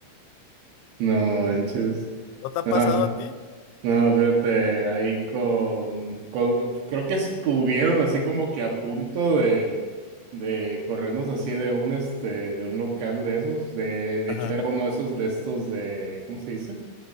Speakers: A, on the right; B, on the left.
A: No
B: Sí.
A: manches.
B: ¿No te ha
A: No,
B: pasado a ti?
A: no, fíjate, ahí con, con- creo que estuvieron así como que a punto de, de corrernos así de un, este, de un local de esos, de, de
B: Ajá.
A: hecho era uno de esos de estos de, ¿cómo se dice?